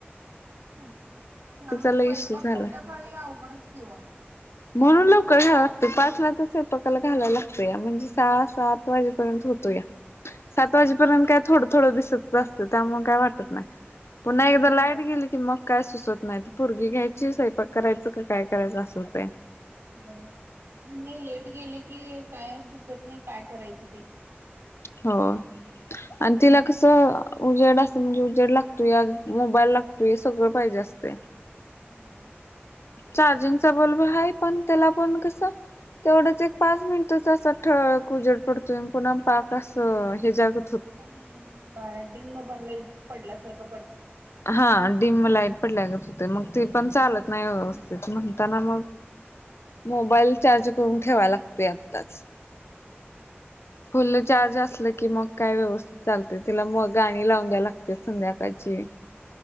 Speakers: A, on the right; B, on the left.
A: त्या मग
B: लय
A: स्वयंपाक
B: इश्यू झालाय.
A: संध्याकाळी अवघडच ठेऊ
B: म्हणून लवकर घ्यायला लातो पाचला तसे पकायला घालायला लागतो या म्हणजे सहा सात वाजेपर्यंत होतो या सात वाजेपर्यंत काय थोडं थोडं दिसत असतं त्यामु काय वाटत नाही पुन्हा एकदा
A: हा
B: लाईट
A: हो
B: गेली की मग काय सुचत नाही पुरगी घ्यायची स्वयपाक करायचं का काय करायचं असवतय
A: ब नाही लेट गेली की काय सुचत नाही काय करायचं ते
B: हो आणि तिला कसं उजेड असत म्हणजे उजेड लागतो या मोबाईल लागतो हे सगळं पाहिजे असते
A: हम्म
B: चार्जिंगचा बल्ब आहे पण त्याला पण कस तेवढंच एक पाच मिनिटच असं ठ कुजड पडतो पुन्हा पाक असं हे जाग
A: एकदम बडन म बनला पडल्यासारखं पड
B: हा डडीम लाईट पडल्यागत होते मग ते पण चालत नाही व्यवस्थित म्हणताना मग मोबाईल चार्ज करून ठेवा लागतोय आत्ताच
A: हम्म
B: फुल चार्ज असल की मग काय व्यवस्थित चालते तिला म गाणी लावून द्यायला लागते संध्याकाळची